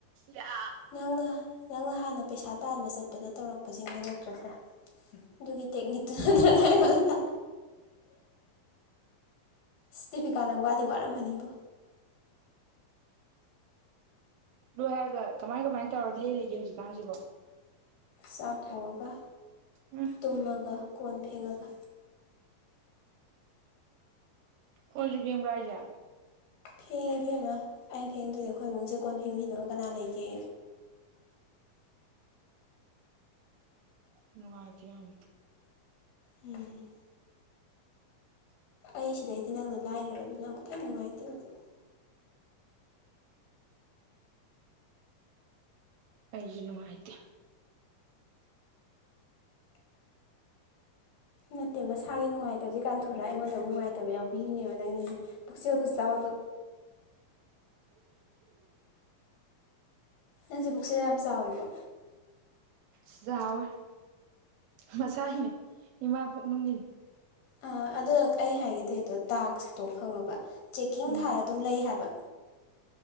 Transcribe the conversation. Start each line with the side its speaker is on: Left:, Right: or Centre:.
Right: ꯌꯥ꯫
Left: ꯅꯪꯅ ꯅꯪꯅ ꯍꯥꯟꯅ ꯄꯩꯁꯥ ꯇꯥꯟꯕ ꯆꯠꯄꯗ ꯇꯧꯔꯛꯄꯁꯤꯡꯗꯨ ꯅꯠꯇ꯭ꯔꯁꯦ꯫ ꯗꯨꯒꯤ ꯇꯦꯛ ꯅꯤꯛ ꯇꯣ ꯅꯠꯇꯔ ꯁꯤ ꯗꯦꯕꯤꯀꯥꯅꯪ ꯋꯥꯗꯤ ꯋꯥꯔꯝꯃꯅꯤꯕꯣ꯫
Right: ꯂꯣꯏ ꯍꯥꯏꯔꯒ ꯀꯃꯥꯏ ꯀꯃꯥꯏꯅ ꯇꯧꯔ ꯂꯦꯜꯂꯤꯒꯦ ꯍꯧꯖꯤꯛꯀꯥꯟꯁꯤꯕꯣ꯫
Left: ꯆꯥꯛꯊꯣꯡꯉꯒ꯫
Right: ꯎꯝ꯫
Left: ꯇꯨꯝꯃꯒ ꯀꯣꯟ ꯐꯦꯡꯉꯒ꯫
Right: ꯀꯣꯟꯖꯨ ꯐꯦꯡꯕ꯭ꯔ ꯍꯥꯏꯖꯦ꯫
Left: ꯐꯦꯡꯉꯦ ꯏꯕꯦꯝꯕ ꯑꯩꯅ ꯐꯦꯡꯗ꯭ꯔꯗꯤ ꯑꯩꯈꯣꯏ ꯑꯃꯨꯛꯖꯦ ꯀꯣꯟ ꯐꯦꯡꯕꯤꯅꯕ ꯀꯅꯥ ꯂꯩꯒꯦ꯫
Right: ꯅꯨꯡꯉꯥꯏꯇꯦ ꯌꯥꯝ꯫
Left: ꯎꯝ꯫ ꯑꯩ ꯁꯤꯗꯩꯗꯤ ꯅꯪꯅ ꯂꯥꯏꯔꯔꯕꯗꯨꯅ ꯑꯃꯨꯛꯀ ꯍꯦꯟꯅ ꯅꯨꯡꯉꯥꯏꯇꯦ ꯑꯩꯗꯤ꯫
Right: ꯑꯩꯖꯨ ꯅꯨꯉꯥꯏꯇꯦ꯫
Left: ꯅꯠꯇꯦ ꯃꯁꯥꯒꯤ ꯅꯨꯡꯉꯥꯏꯇꯁꯦ ꯀꯥꯟꯊꯣꯔꯨꯔ ꯑꯩꯉꯣꯟꯗ ꯅꯨꯡꯉꯥꯏꯇꯕ ꯌꯥꯎꯕꯤꯔꯤꯅꯦꯕ ꯅꯪꯒꯤꯁꯦ꯫ ꯄꯨꯛꯆꯦꯜ ꯈꯨꯆꯥꯎꯗꯣ꯫ ꯅꯪꯖꯦ ꯄꯨꯛꯆꯦꯜ ꯌꯥꯝ ꯆꯥꯎꯋꯤꯀꯣ꯫
Right: ꯆꯥꯎꯋꯦ ꯃꯁꯥꯒꯤꯅꯦ ꯏꯃꯥ ꯄꯨꯛꯅꯨꯡꯒꯤꯅꯦ꯫
Left: ꯑ ꯑꯗꯣ ꯑꯩ ꯍꯥꯏꯒꯦꯇꯩꯗꯣ ꯇꯥꯛꯁꯇꯣ ꯈꯪꯉꯕ ꯆꯦꯛꯀꯤꯡ
Right: ꯎꯝ
Left: ꯊꯥꯔ ꯑꯗꯨꯝ ꯂꯩ ꯍꯥꯏꯕ꯫